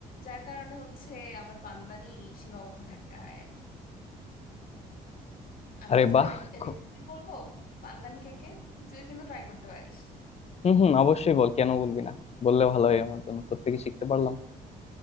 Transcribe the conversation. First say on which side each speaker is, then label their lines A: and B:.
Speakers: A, on the left; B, on the left.
A: যার কারণে হচ্ছে আমার পান্দানেই সীমাবদ্ধ থাকতে হয় আর কি আমি
B: আরে
A: কি তোকে
B: বাহ খু-
A: রেসিপি বলবো পান্দান কেকের তুইও কিন্তু ট্রাই করতে পারিস
B: হুম হুম অবশ্যই বল কেন বলবি না বললে ভালো হয় আমার জন্য তোর থেকে শিখতে পারলাম